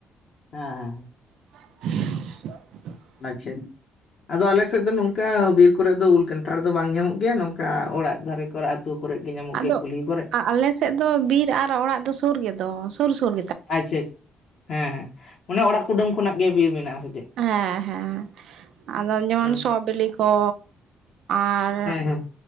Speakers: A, on the left; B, on the right.
A: ᱦᱮᱸ ᱦᱮᱸ
B: <unintelligible>
A: ᱟᱪᱪᱷᱟ ᱟᱫᱚ ᱟᱞᱮ ᱥᱮᱜ ᱫᱚ ᱱᱚᱝᱠᱟ ᱵᱤᱨ ᱠᱚᱨᱮᱜ ᱫᱚ ᱩᱞ ᱠᱷᱟᱱᱴᱷᱟᱲ ᱫᱚ ᱵᱟᱝ ᱧᱟᱢᱚᱜ ᱜᱮᱭᱟ ᱱᱚᱝᱠᱟ ᱚᱲᱟᱜ ᱫᱷᱟᱨᱮ ᱠᱚᱨᱮ ᱠᱚᱨᱮ ᱜᱮ ᱧᱟᱢᱚᱜ
B: ᱟᱫᱚ
A: ᱜᱮᱭᱟ ᱠᱩᱞᱦᱤ ᱠᱚᱨᱮ
B: ᱟᱞᱮ ᱥᱮᱜ ᱫᱚ ᱵᱤᱨ ᱟᱨ ᱚᱲᱟᱜ ᱫᱚ ᱥᱳᱨ ᱜᱮᱫᱚ ᱥᱳᱨ ᱥᱳᱨ
A: ᱟᱪᱪᱷᱟ ᱟᱪᱷᱟ ᱦᱮᱸ ᱦᱮᱸ ᱚᱱᱮ ᱚᱲᱟᱜ ᱠᱩᱰᱟᱹᱢ ᱠᱷᱚᱱᱟᱜ ᱜᱮ ᱵᱤᱨ ᱢᱮᱱᱟᱜᱼᱟ ᱟᱥᱮ ᱪᱮᱫ
B: ᱦᱮᱸ ᱦᱮᱸ ᱟᱫᱚ ᱡᱮᱢᱚᱱ
A: ᱦᱮᱸ
B: ᱥᱚ ᱵᱮᱞᱮ ᱠᱚ ᱟᱨ
A: ᱦᱮᱸ